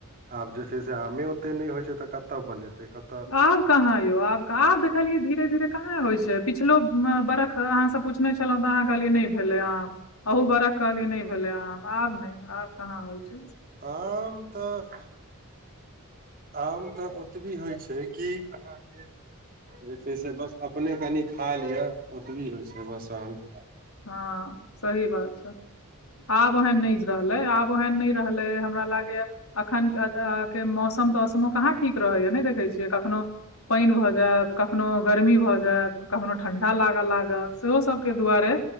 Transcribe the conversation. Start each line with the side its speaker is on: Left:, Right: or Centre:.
Right: आब जे छै से आमे ओते नहि होइ छै तऽ कतऽ बनेतै कत
Left: आब कहाँ यौ आब कह आब देख कहलियै धीरे-धीरे कहाँ होइ छै, पिछलो बर्ख अहाँसँ पूछने छलौं तऽ अहाँ कहलियै नै भेलै हँ। अहू बड़ख कहलियै नै भेलै आ आब नै आब कहाँ होइ छै।
Right: आम तऽ आम तऽ ओतबी होइ छै कि अहाँके जे छै से बस अपने कनि खा लिअ ओतबी होइ छै बस आम
Left: हँ, सही बात छै। आब ओहन नै रहलै आब ओहन नै रहलै हमरा लागैएा। एखन के मौसम तौसमो कहाँ ठीक रहैएा नै देखै छियै कखनो पानि भऽ जायत कखनो गर्मी भऽ जायत कखनो ठंडा लागऽ लागत सेहो सबके दुआरे